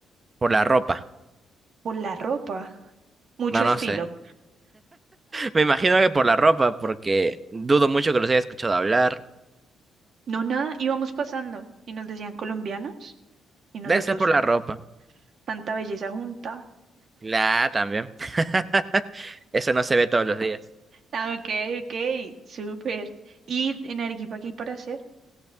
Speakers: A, on the right (about 25°); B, on the right (about 55°).
A: Por la ropa.
B: Por la ropa, mucho
A: No,
B: estilo.
A: no sé. Me imagino que por la ropa, porque dudo mucho que los haya escuchado hablar.
B: No, nada, íbamos pasando y nos decían colombianos y nosotros,
A: Debe ser por la ropa.
B: tanta belleza junta.
A: La A también. <laughs> Eso no se ve todos los días.
B: Ah, ok, ok, súper. ¿Y en Arequipa qué hay para hacer?